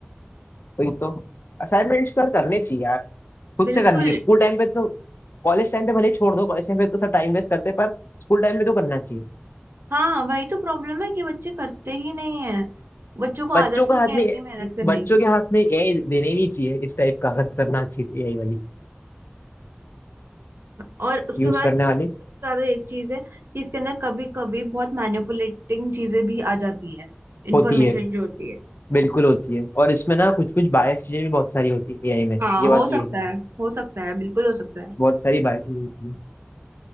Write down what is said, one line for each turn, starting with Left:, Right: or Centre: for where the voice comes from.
Left: वही तो असाइनमेंट्स तो करने चाहिए यार खुद
Right: बिल्कुल
Left: से करनी चाहिए स्कूल टाइम पे तो कॉलेज टाइम पे भले ही छोड़ दो कॉलेज टाइम पे तो सब टाइम वेस्ट करते हैं, पर स्कूल टाइम में तो करना चाहिए
Right: हाँ वही तो प्रॉब्लम है कि बच्चे करते ही नहीं है बच्चों को आदत
Left: बच्चों का
Right: ही नहीं
Left: हाथ
Right: है
Left: में
Right: इतनी मेहनत करने
Left: बच्चों
Right: की
Left: के हाथ में एआई देने ही नहीं चाहिए इस टाइप का खतरनाक चीज एआई वाली
Right: और उसके
Left: यूज
Right: बाद
Left: करने वाली
Right: सब- सबसे ज्यादा एक चीज है कि इसके अंदर कभी कभी बहुत मैनिपुलेटिंग चीजें भी आ जाती हैं इंफॉर्मेशन
Left: होती है
Right: जो होती है
Left: बिल्कुल होती है और इसमें ना कुछ कुछ बायस चीजें भी बहुत सारी होती है एआई में
Right: हाँ
Left: ये बात
Right: हो सकता
Left: भी देखना
Right: है हो सकता है बिल्कुल हो सकता है
Left: बहुत सारी बायस चीजें होती है